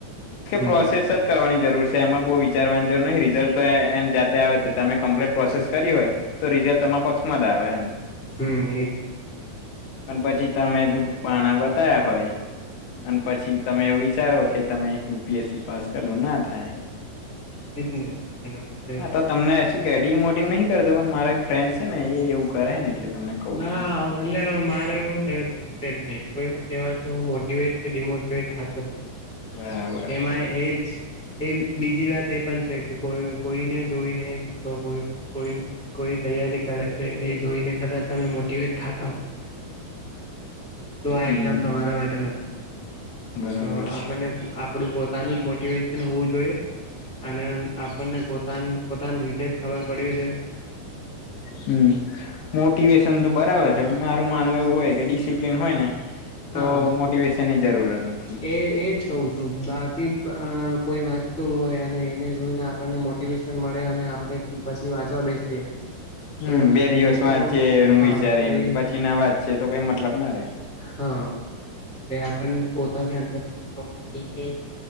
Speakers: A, in the centre; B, on the left (about 80°).
A: હમ
B: પ્રોસેસ જ કરવાની જરૂર છે એમાં બહુ વિચારવા ન રિઝલ્ટ તો એમ તમે કમ્પ્ટ પ્રોસેસ કરી હોય તો રિઝલ્ટ તમારા પક્ષમાં જ આવે એમ
A: હમ્મ એ
B: પણ પછી તમે બાણા બતા્યા હોય અને પછી તમે એવું વિચારો કે તમે યુપીએસસી પાસ પેલું ના થાય
A: એજ ને એના માટે
B: આ તો તમને શું કેડી મોટીવ નહી કરતો પણ મારો એક ફ્રેન્ડ છે ને એવું કરે ને એટલે તમને કઉું
A: ના
B: છું
A: એટલે મારે એવું થય છે નહી કોઈ ના કવાથી હું મો ડીમોટીવેટ થતો જ નથી
B: બરાબર
A: એમાં એજ એ બીજી વાત એ પણ છે કે કોઈ કોઈને જોઈને કાં તો કોઈ કોઈ કોઈ તૈયારી કરે છે એ જોઈને કદાચ તમે મોટવેટ થતા હો તો આ
B: હમ
A: એક્ઝામ તમારા માટે નથી
B: બરાબર
A: તો આપને
B: છે
A: આપડું પોતાનું જ મોટિવેશન હોવું જોઈએ અને આપણને પોતા પોતાની રીતે જ ખબર પડ્યું છે
B: હમ્મ મોટિવેશન તો બરાબર છે મારું માનવું એવું હોય કે ડિસિપ્લિન હોય ને
A: હા
B: તો મોટિવેશનની જરૂરત નથી
A: એ એ જ શું બાકી કોઈ એ વાંચતું હોય અને એને જોઈને આપને મોટિવેશન મળે અને આપડે પછી વાંચવા બેસીએ
B: હમ્મ
A: તો
B: બે દિવસ
A: એ
B: વાંત
A: તો
B: છે એનું
A: હા
B: વિચારીને
A: એ
B: પછી ના વાત છે તો કઈ મતલબ ના રે
A: હા તે આપણને પોતાની અંદરથી થવું જોઈએ કે